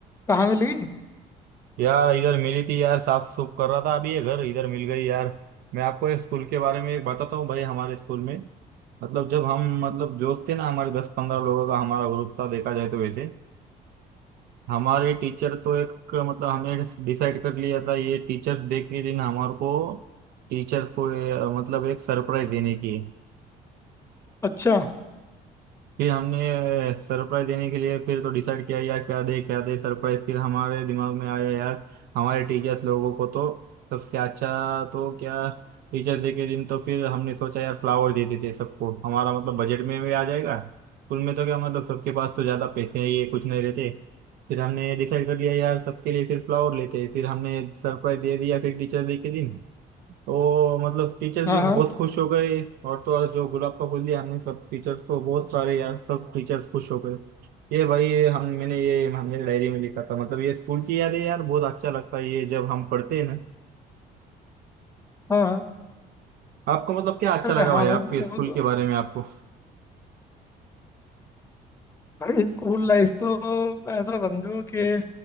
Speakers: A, on the left (about 15°); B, on the right (about 65°).
A: कहाँ मिली
B: यार इधर मिली थी यार साफ सुफ कर रहा था अभी ये घर इधर मिल गई यार मैं आपको एक स्कूल के बारे में एक बताता हूँ भाई हमारे स्कूल में मतलब जब हम मतलब दोस्त थे ना हमारे दस पंद्रह लोगों का हमारा ग्रुप था देखा जाए तो वैसे हमारे टीचर तो एक मतलब हमने डिसाइड कर लिया था ये टीचर्स डे के दिन हमारे को टीचर्स को ये, मतलब एक सरप्राइज देने की है
A: अच्छा
B: फिर हमने सरप्राइज देने के लिए फिर तो डिसाइड किया यार क्या दे क्या दे सरप्राइज फिर हमारे दिमाग में आया यार हमारे टीचर्स लोगों को तो सबसे अच्छा तो क्या टीचर्स डे के दिन तो फिर हमने सोचा यार फ्लावर दे देते हैं सबको हमारा मतलब बजट में भी आ जाएगा स्कूल में तो क्या मतलब सबके पास तो ज़्यादा पैसे ये कुछ नहीं रहते फिर हमने डिसाइड कर लिया यार सबके लिए फिर फ्लावर लेते हैं। फिर हमने सरप्राइज दे दिया फिर टीचर्स डे के दिन तो मतलब टीचर्स
A: हाँ
B: भी बहुत
A: हाँ
B: खुश हो गए और तो और जो गुलाब का फूल दिया हमने सब टीचर्स को बहुत सारे यार सब टीचर्स खुश हो गए ये भाई हम मैंने ये हमने डायरी में लिखा था मतलब ये स्कूल की यादें यार बहुत अच्छा लगता है ये जब हम पढ़ते हैं ना
A: हाँ हाँ
B: आपको मतलब क्या अच्छा
A: अरे
B: लगा
A: हाँ
B: भाई
A: भाई
B: आपके
A: वो
B: स्कूल
A: वो तो
B: के बारे में आपको
A: भाई स्कूल लाइफ तो ऐसा समझो कि